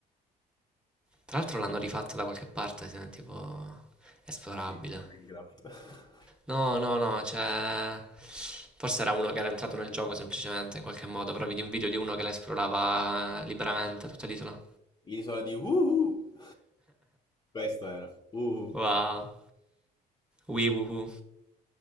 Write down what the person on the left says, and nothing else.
Sì, su Minecraft.
<laughs> L'isola di Uhu. Questo era. Uhu.